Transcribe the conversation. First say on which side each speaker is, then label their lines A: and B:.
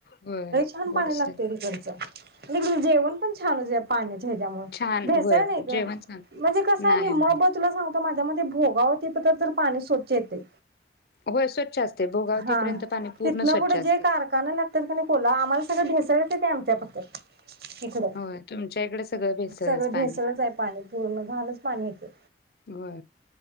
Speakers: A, on the left (about 55°); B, on the right (about 55°).
A: होय
B: छान
A: गोडसर
B: पाणी लागते तिकडचं <unintelligible> जेवण पण छान पाणी हच्यामुळे
A: छान
B: भेसळ
A: होय
B: नाही ग
A: जेवण छान
B: म्हणजे कस
A: नाही
B: आहे <unintelligible>
A: होय
B: सांगतो माझ भोगा होती पाणी स्वच्छ येते
A: होय स्वच्छ असतंय भोगावतीपर्यंत
B: हा
A: पाणी पूर्ण
B: तिथनं
A: स्वच्छ
B: पुढं
A: असतंय.
B: जे कारखाना लागतात का नाही कोला आम्हाला सगळं भेसळच येतय आमच्यापतर <inaudible> इकड
A: होय तुमच्या इकडे सगळं भेसळच
B: सगळं
A: पाणी
B: भेसळच आहे पाणी पूर्ण दहालाच पाणी येते
A: हो